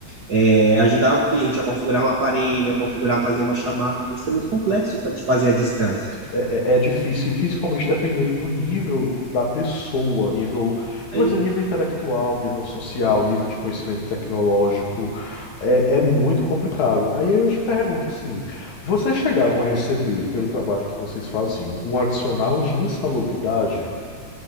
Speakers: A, on the right; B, on the left.
A: é, ajudar o cliente a configurar um aparelho, a configurar, fazer uma chamada. Isso é muito complexo fa- de fazer à distância.
B: É, é- é difícil, e principalmente dependendo do nível da pessoa, nível, eu
A: Aí,
B: vou dizer nível intelectual, nível social, nível de conhecimento tecnológico, é, é muito complicado. Aí eu te pergunto assim, vocês chegavam a receber, pelo trabalho que vocês faziam, um adicional de insalubridade?